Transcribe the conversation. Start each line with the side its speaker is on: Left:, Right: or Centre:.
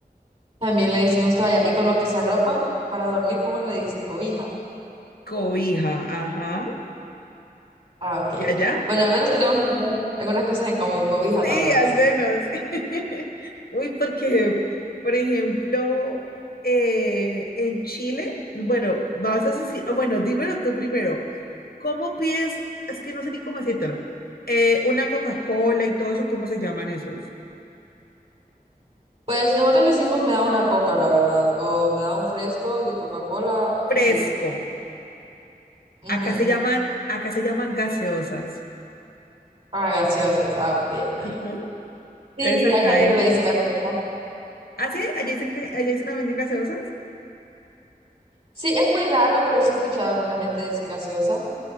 Right: También le decimos toalla. ¿Y con lo que se arropan para dormir, cómo le dicen? Cobija.
Left: Cobija, ajá.
Right: Ah, ok.
Left: ¿Y allá?
Right: Bueno, al menos tenemos algunas, algunas cosas en común. Cobija
Left: Sí,
Right: también,
Left: al
Right: sí.
Left: menos. <laughs> Uy, porque, por ejemplo, eh, en Chile, bueno, vas a decir, o bueno, dímelo tú primero. ¿Cómo pides? Es que no sé ni cómo decírtelo. Eh, una Coca-Cola y todo eso, ¿cómo se llaman esos?
Right: Pues nosotros decimos me da una coca, la verdad, o me da un fresco de Coca-Cola,
Left: Fresco.
Right: así. Ujú.
Left: Acá se llaman, acá se llaman gaseosas.
Right: Ah, gaseosas. Ah, ok, ok.
Left: Ajá.
Right: Sí,
Left: Entonces acá
Right: hay gente
Left: es.
Right: que le dice gaseosa.
Left: ¿Ah, sí? ¿Allá dicen que, allá dicen también de gaseosas?
Right: Sí, es muy raro, pero sí he escuchado a alguna gente decir gaseosas.